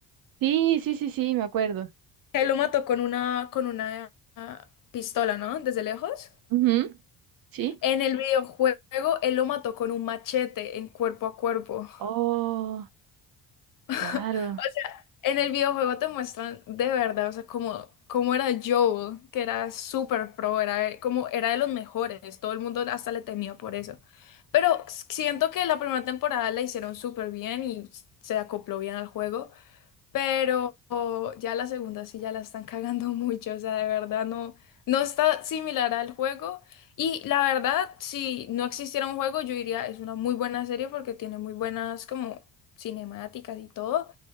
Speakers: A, on the right; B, on the left.
A: Sí, sí, sí, sí, me acuerdo.
B: Él lo mató con una, con una ah, pistola, ¿no? Desde lejos.
A: Ujú, Sí.
B: En el videojuego, él lo mató con un machete en cuerpo a cuerpo.
A: Oh,
B: <laughs>
A: claro.
B: En el videojuego te muestran de verdad, o sea, cómo, cómo era Joel, que era súper pro, era como era de los mejores, todo el mundo hasta le temía por eso. Pero siento que la primera temporada la hicieron súper bien y se acopló bien al juego. Pero ya la segunda sí ya la están cagando <laughs> mucho, o sea, de verdad no, no está similar al juego. Y la verdad, si no existiera un juego, yo diría es una muy buena serie porque tiene muy buenas como cinemáticas y todo,